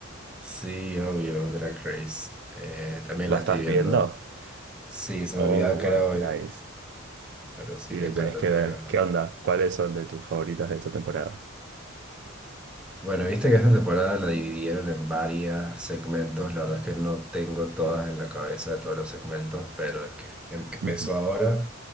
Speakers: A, in the centre; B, on the right.
A: sí, obvio, Drag Race. Eh, también
B: ¿La
A: la estoy
B: estás
A: viendo.
B: viendo?
A: Sí, se me
B: Oh,
A: olvidaba que
B: wow,
A: era hoy,
B: nice.
A: pero sí,
B: Y
A: me
B: lo
A: encanta,
B: tenés que
A: tengo
B: ver.
A: que verla.
B: ¿Qué onda? ¿Cuáles son de tus favoritas de esta temporada?
A: Bueno, viste que esta temporada la dividieron en varios segmentos. La verdad es que no tengo todas
B: Sí.
A: en la cabeza de todos los segmentos, pero el que, em- que empezó
B: Ujú.
A: ahora